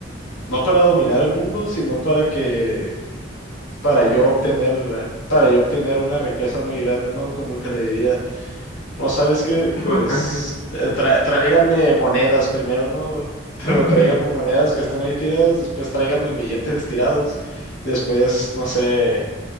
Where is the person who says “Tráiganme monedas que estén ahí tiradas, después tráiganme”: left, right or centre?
Left